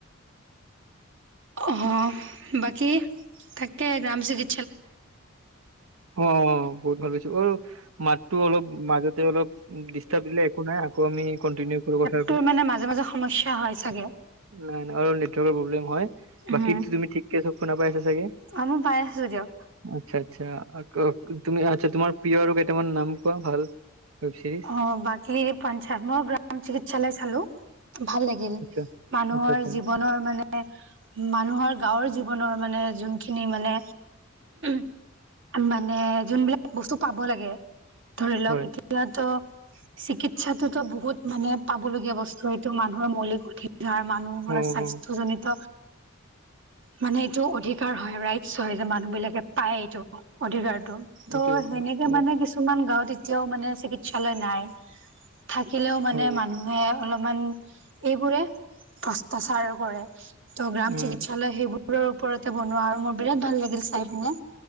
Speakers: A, on the right (about 65°); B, on the right (about 80°).
A: অ', বাকী থাকে গ্ৰাম চিকি
B: অ', অ', বহুত ভাল হৈছে। মাতটো অলপ মাজতে অলপ ডিষ্টাৰ্ব দিলে, একো নাই, আকৌ আমি কন্টিনিউ কৰোঁ কথা।
A: ত', মানে মাজে মাজে সমস্যা হয় চাগে।
B: নাই, নাই, অলপ নেটৱৰ্কৰ প্ৰব্লেম হয়।
A: উম
B: বাকীটো তুমি ঠিকে চব শুনা পাইছা চাগে।
A: অ', মই পাই আছোঁ, দিয়ক।
B: আচ্ছা, আচ্ছা, তুমি আচ্ছা। তোমাৰ প্ৰিয় আৰু কেইটামান নাম কোৱা, ভাল। ৱেব চিৰিজ
A: অ', বাকী পঞ্চায়ত মই গ্ৰাম চিকিৎসালয় চালোঁ। ভাল লাগিল,
B: আচ্ছা
A: মানুহৰ
B: আচ্ছা আচ্ছা
A: জীৱনৰ মানে, মানুহৰ গাঁৱৰ জীৱনৰ- মানে, জুন খিনি মানে <inaudible> মানে, জুন বিলাক বস্তু পাব লাগে, ধৰি লওক
B: হয়
A: এতিয়া। ত', চিকিৎসাটোতো বহুত, মানে, পাবলগীয়া বস্তু। এইটো মানুহৰ মৌলিক অধিকাৰ। যাৰ মানুহৰ
B: অ
A: স্বাস্থ্যজনিত
B: অ
A: মানে, এইটো অধিকাৰ হয়, ৰাইটচ হয়। মানুহবিলাকে পায় এইটো অধিকাৰতটো ত'
B: এইটো এইটো
A: সেনেকে,
B: ম-
A: মানে, কিছুমান গাঁৱত এতিয়াও, মানে, চিকিৎসালয় নাই। থাকিলেও, মানে,
B: হয়
A: মানুহে অলপমান এইবোৰে ভষ্টাচাৰ কৰে ত' গ্ৰাম
B: উম
A: চিকিৎসালয় সেইবোৰ কুকুৰৰ ওপৰতে বনোৱা হয় আৰু মোৰ বিৰাট ভাল লাগিল চাই পিনে।